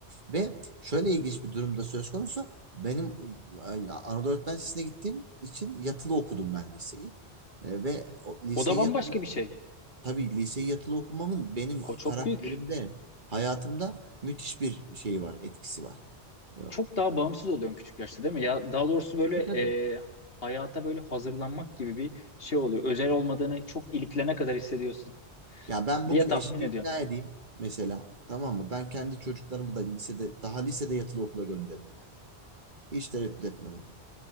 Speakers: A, on the right (about 45°); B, on the left (about 60°).
A: Ve şöyle ilginç bir durumda söz konusu. Benim e, Anadolu Öğretmen Lisesi'ne gittiğim için yatılı okudum ben liseyi. E, ve o liseyi
B: o da bambaşka
A: yatılı,
B: bir şey.
A: tabii liseyi yatılı okumamın benim
B: O çok
A: karakterimde,
B: büyük.
A: hayatımda müthiş bir şeyi var, etkisi var. E,
B: çok daha bağımsız oluyorsun küçük yaşta değil mi? Ya daha doğrusu böyle
A: tabii tabii.
B: e, hayata böyle hazırlanmak gibi bir şey oluyor. Özel olmadığını çok iliklene kadar hissediyorsun
A: Ya ben bugün
B: diye
A: eşimi
B: tahmin ediyorum.
A: ikna edeyim mesela tamam mı? Ben kendi çocuklarımı da lisede daha lisede yatılı okula gönderirim yani. Hiç tereddüt etmeden.